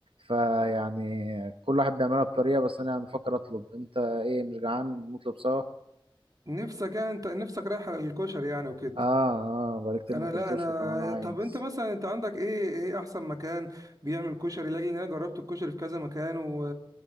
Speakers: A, on the right (about 85°); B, on the right (about 45°).
A: فيعني كل واحد بيعملها بطريقه بس انا يعني بفكر اطلب انت ايه مش جعان نطلب سوا
B: نفسك يعني انت نفسك رايح على الكشري يعني وكده
A: اه اه بقالي كتير
B: انا
A: ما اكلتوش
B: لا انا
A: وكمان عايز
B: طب انت مثلا انت عندك ايه ايه احسن مكان بيعمل كشري لاجل ان انا جربت الكشري في كذا مكان و...